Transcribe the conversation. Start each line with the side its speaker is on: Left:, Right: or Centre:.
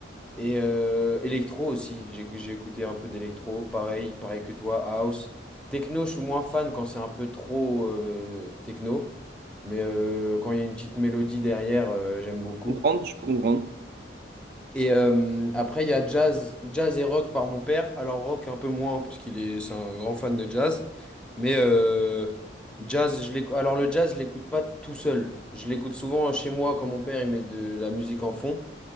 Centre: Et euh, électro aussi, j'ai j'ai écouté un peu d'électro, pareil, pareil que toi, house. Techno, je suis moins fan quand c'est un peu trop euh, techno, mais euh, quand il y a une petite mélodie derrière, euh, j'aime beaucoup.
Right: comprendre, je peux comprendre.
Centre: Et euh, après, il y a jazz, jazz et rock par mon père. Alors rock un peu moins parce qu'il est, c'est un grand fan de jazz, mais euh, jazz, je l'écou- Alors le jazz, je l'écoute pas tout seul. Je l'écoute souvent chez moi quand mon père il met de la musique en fond.